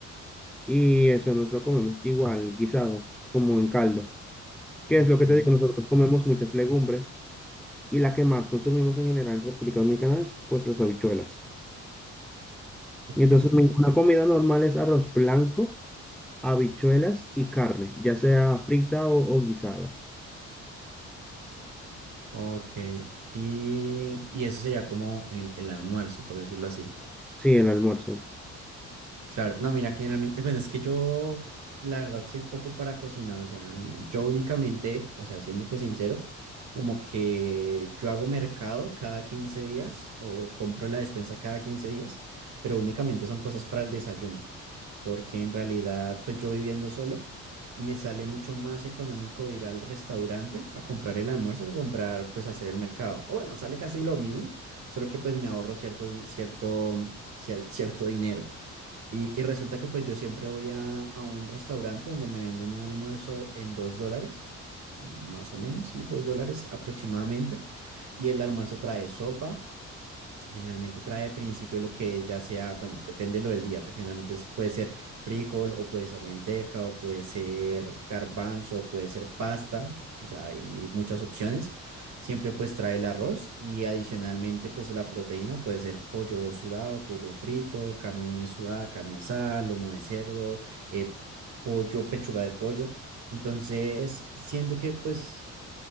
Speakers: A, in the centre; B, on the right.
A: y eso nos lo comemos igual, guisado, como en caldo. qué
B: ok,
A: es lo que te digo, nosotros comemos muchas legumbres y la que más consumimos en general en República Dominicana es pues las habichuelas.
B: ok,
A: Y entonces mi- una comida normal es arroz blanco habichuelas y carne, ya sea frita o, o guisada.
B: ok. Y, y eso sería como el, el almuerzo, por decirlo así.
A: Sí, el almuerzo.
B: Claro, no, mira, generalmente, bueno, es que yo, la verdad, soy poco para cocinar, o sea, yo únicamente, o sea, siéndote sincero, como que yo hago mercado cada 15 días o compro la despensa cada 15 días, pero únicamente son cosas para el desayuno, porque en realidad, pues yo viviendo solo, me sale mucho más económico ir al restaurante a comprar el almuerzo que comprar, pues hacer el mercado. O bueno, sale casi lo mismo, solo que pues me ahorro ciertos, di- cierto, cier- cierto dinero. Y, y resulta que pues yo siempre voy a, a un restaurante donde me venden un almuerzo en dos dólares, más o menos, sí, dos dólares aproximadamente. Y el almuerzo trae sopa, Generalmente trae al principio lo que ya sea, bueno, depende lo del día, pero generalmente es- puede ser frijol o puede ser lenteja o puede ser garbanzo o puede ser pasta, o sea, hay muchas opciones. Siempre pues trae el arroz y adicionalmente pues la proteína puede ser pollo sudado, pollo frito, carne sudada, carne asada, lomo de cerdo, eh, pollo, pechuga de pollo. Entonces, siento que pues...